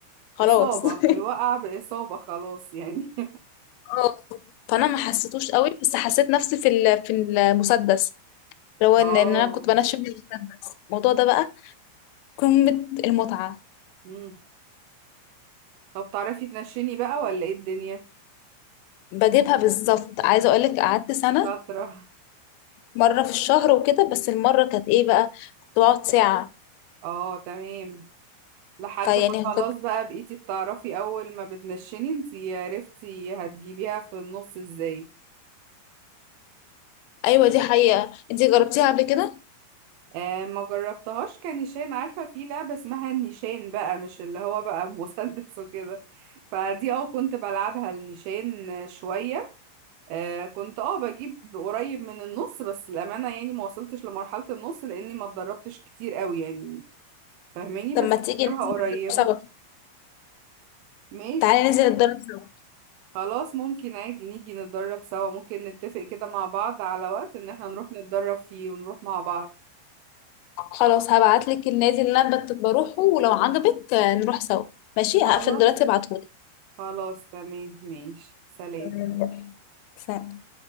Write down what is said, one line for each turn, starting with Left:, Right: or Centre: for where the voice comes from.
Left: خلاص
Right: اصابة
Left: <laughs>
Right: الوقع باصابة خلاص يعني
Left: اه فانا
Right: <laughs>
Left: ما حسيتوش قوي بس حسيت نفسي في ال- في المسدس لو
Right: اه
Left: ان إن انا كنت بنشم المسدس الموضوع ده بقى قمة المتعة
Right: امم طب تعرفي تنشني بقى ولا ايه الدنيا
Left: بجيبها بالظبط عايزة اقولك قعدت سنة
Right: شاطرة
Left: مرة في الشهر وكده بس المرة كانت ايه بقى كنت بقعد ساعة
Right: اه تمام لحد
Left: فيعني
Right: ما خلاص
Left: كنت
Right: بقى بقيتي بتعرفي اول ما بتنشني انتي عرفتي هتجيبيها في النص ازاي
Left: ايوه دي حقيقة انتي جربتيها قبل كده
Right: آه ما جربتهاش كنيشان عارفة في لعبة اسمها النيشان بقى مش اللي هو بقى <laughs> مسدس وكده فدي اه كنت بلعبها النيشان شوية آه كنت اه بجيب قريب من النص بس الأمانة يعني ما وصلتش لمرحلة النص لأني ما اتدربتش كتير قوي يعني فاهماني
Left: طب
Right: بس
Left: ما تيجي
Right: بجيبها
Left: ننزل
Right: قريبة
Left: نتدرب سوا
Right: ماشي
Left: تعالي ننزل نتدرب سوا
Right: خلاص ممكن عادي نيجي نتدرب سوا ممكن نتفق كده مع بعض على وقت ان احنا نروح نتدرب فيه ونروح مع بعض
Left: خلاص هبعتلك النادي اللي انا بت- بروحه ولو عجبك آه، نروح سوا ماشي هقفل
Right: خلاص
Left: دلوقتي ابعتهولك
Right: خلاص تمام ماشي سلام
Left: تمام سلام